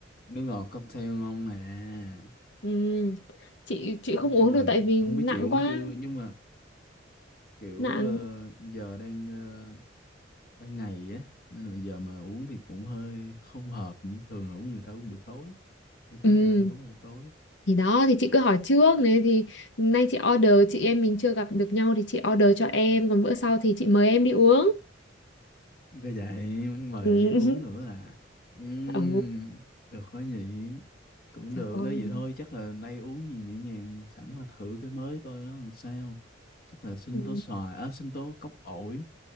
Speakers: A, on the left; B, on the left.
A: nước ngọt cocktail ngon mà.
B: ừ, chị chị
A: Nói
B: không uống
A: chung
B: được
A: là
B: tại vì
A: không
B: nặng
A: biết chị uống
B: quá
A: chưa nhưng mà kiểu
B: nặng
A: ờ, giờ đang ờ, ban ngày á nên là bây giờ mà uống thì cũng hơi không hợp như thường là uống người ta uống buổi tối. Em thấy
B: ừ,
A: người ta hay uống buổi tối.
B: thì đó thì chị cứ hỏi trước này thì nay chị order chị em mình chưa gặp được nhau thì chị order cho em còn bữa sau thì chị mời em đi uống
A: Có vậy muốn mời
B: ừ. <laughs>
A: anh đi uống nữa à Ừm,
B: Ồ,
A: được quá nhỉ cũng
B: trời
A: được
B: ơi
A: nếu vậy thôi chắc là nay uống gì nhẹ nhàng sẵn là thử cái mới coi nó làm sao chắc là sinh
B: ừ.
A: tố xoài à, sinh tố cốc ổi